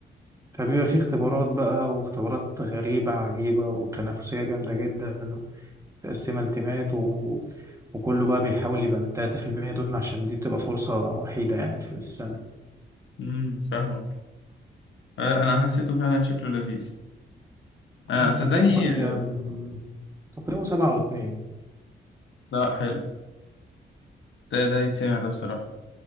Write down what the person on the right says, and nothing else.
فبيبقى فيه اختبارات بقى واختبارات غريبة عجيبة وتنافسية جامدة جدا ومتقسمة التيمات و... وكله بقى بيحاول يبقى من التلاتة في المية دول عشان دي بتبقى فرصة وحيدة يعني في السنة
تقييمه بقى كام
تقييمه سبعة واتنين